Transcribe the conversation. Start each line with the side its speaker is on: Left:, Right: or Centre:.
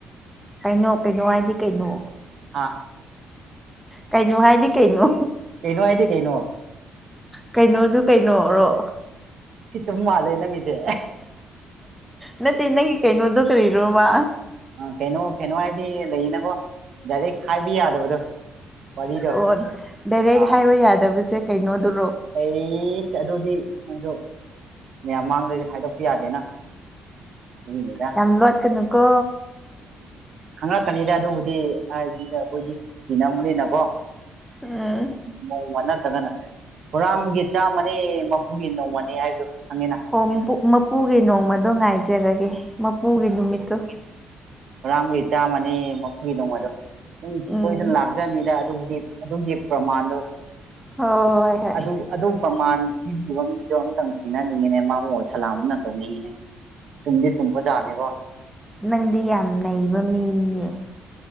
Centre: ꯀꯩꯅꯣ ꯀꯩꯅꯣ ꯍꯥꯏꯗꯤ ꯀꯩꯅꯣ
Right: ꯍꯥ
Centre: ꯀꯩꯅꯣ ꯍꯥꯏꯗꯤ ꯀꯩꯅꯣ
Right: ꯀꯩꯅ ꯍꯥꯏꯗꯤ ꯀꯩꯅ
Centre: ꯀꯩꯅꯣꯗꯨ ꯀꯩꯅꯣꯔꯣ
Right: ꯑꯗꯨ ꯃꯥꯜꯂꯦ ꯅꯪꯒꯤꯁꯦ
Centre: ꯅꯠꯇ ꯅꯪꯒꯤ ꯀꯩꯅꯗꯗꯨ ꯀꯔꯤꯔꯣꯃ
Right: ꯀꯩꯅꯣ ꯀꯩꯅꯣ ꯍꯥꯏꯗꯤ ꯂꯩꯌꯦꯅꯀꯣ ꯗꯥꯏꯔꯦꯛ ꯈꯥꯏꯕ ꯌꯥꯗꯕꯗꯣ ꯋꯥꯔꯤꯗꯣ
Centre: ꯑꯣ ꯗꯥꯏꯔꯦꯛ
Right: ꯑꯥ
Centre: ꯍꯥꯏꯋ ꯌꯥꯗꯕꯁꯦ ꯀꯩꯅꯣꯗ
Right: ꯑꯩꯁ ꯑꯗꯨꯗꯤ ꯅꯪꯗꯣ ꯃꯌꯥꯝ ꯃꯥꯡꯗ꯭ꯔꯗꯤ ꯍꯥꯏꯗꯣꯛꯄ ꯌꯥꯗꯦꯅ ꯑꯗꯨꯒꯤꯅꯤꯗ
Centre: ꯌꯥꯝ ꯂꯣꯠꯀꯅꯨꯀꯣ
Right: ꯈꯪꯪꯂꯛꯀꯅꯤꯗ ꯑꯗꯨꯕꯨꯗꯤ ꯍꯥꯏꯗꯤꯗ ꯑꯩꯈꯣꯏꯗꯤ ꯊꯤ ꯅꯕꯅꯤꯅꯀꯣ
Centre: ꯎꯝ
Right: ꯅꯣꯡꯃ ꯅꯠꯇ꯭ꯔꯒꯅ ꯍꯨꯔꯥꯟꯕꯒꯤ ꯆꯥꯝꯃꯅꯤ ꯃꯄꯨꯒꯤ ꯅꯣꯡꯃꯅꯤ ꯍꯥꯏꯕꯗꯣ ꯈꯪꯉꯤꯅ
Centre: ꯑꯣ ꯃꯄꯨꯒꯤ ꯅꯣꯡꯃꯗꯣ ꯉꯥꯏꯖꯔꯒꯦ ꯃꯄꯨꯒꯤ ꯅꯨꯃꯤꯠꯇꯨ
Right: ꯍꯨꯔꯥꯡꯕꯒꯤ ꯆꯥꯝꯃꯅꯤ ꯃꯈꯨꯒꯤꯗꯣꯡ ꯃꯗꯣ ꯑꯗꯨꯝ
Centre: ꯎꯝ
Right: ꯁꯣꯏꯗꯅ ꯂꯥꯛꯆꯅꯤꯗ ꯑꯗꯨꯕꯨꯗꯤ ꯑꯗꯨꯒꯤ ꯄ꯭ꯔꯃꯥꯟꯗꯣ
Centre: ꯍꯣꯏ
Right: ꯑꯁ
Centre: ꯍꯣꯏ ꯍꯣꯏ
Right: ꯑꯗꯨ ꯑꯗꯨ ꯄ꯭ꯔꯃꯥꯟ ꯊꯤꯕꯤꯕ ꯃꯤꯗꯣ ꯑꯝꯇꯪ ꯊ ꯊꯤꯅꯅꯤꯡꯉꯤꯅꯦ ꯃꯥ ꯃꯣꯟ ꯁꯂꯥꯝꯅ ꯇꯧꯅꯤꯡꯉꯤꯅꯦ ꯇꯨꯝꯗꯤ ꯆꯨꯝꯕ ꯖꯥꯠꯅꯦꯕꯣ
Centre: ꯅꯪꯗꯤ ꯌꯥꯝ ꯅꯩꯕ ꯃꯤꯅꯤꯅꯦ